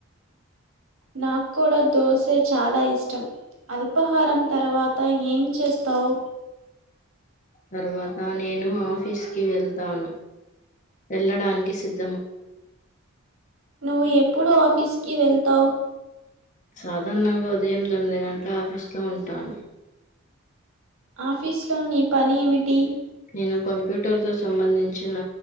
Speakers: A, on the right; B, on the left.
A: నాక్కూడ దోసె చాలా ఇష్టం. అల్పహారం తరవాత ఏం చేస్తవ్
B: తర్వాత నేను ఆఫీస్కి వెళ్తాను. వెళ్ళడానికి సిద్
A: నువ్వు ఎప్పుడు ఆఫీస్కి వెళ్తవ్
B: సాధాణంగ ఉదయం తొమ్మిది గంట్ల ఆఫీస్లో ఉంటాను.
A: ఆఫీస్లొ నీ పని ఏమిటి?
B: నేను కంప్యూటర్తో సంబంధించిన